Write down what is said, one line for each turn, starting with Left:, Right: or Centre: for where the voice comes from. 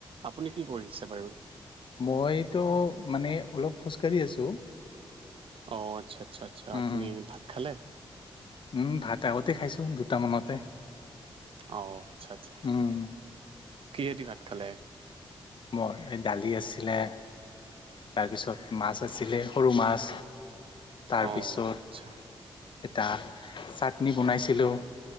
Right: আপুনি কি কৰিছে বাৰু?
Left: মইতো মানে অলপ খোজকাঢ়ি আছো।
Right: অ' আচ্ছা আচ্ছা আচ্ছা,
Left: উম
Right: আপুনি ভাত খালে?
Left: উম ভাত আগতে খাইছো দুটামানতে।
Right: অ' আচ্ছা আচ্ছা।
Left: উম
Right: কিহে দি ভাত খালে?
Left: মই এই দালি আছিলে। তাৰপিছত মাছ আছিলে সৰু মাছ। তাৰপিছত
Right: অঁ আচ্ছা
Left: এটা চাটনি বনাইছিলো।